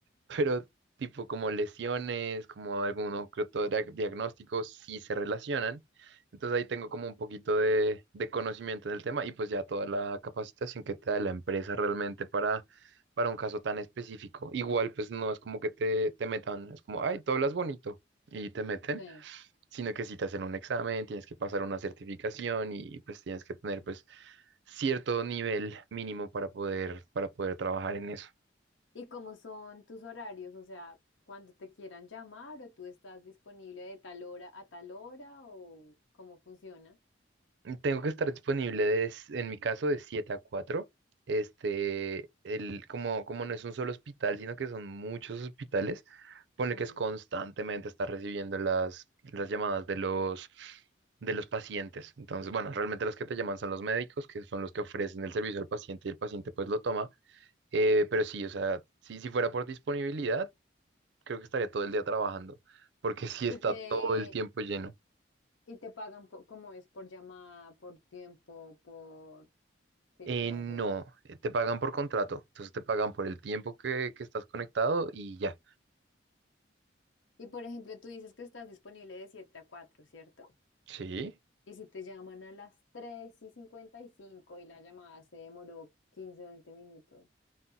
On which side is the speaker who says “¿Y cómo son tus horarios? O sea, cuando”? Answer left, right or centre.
Left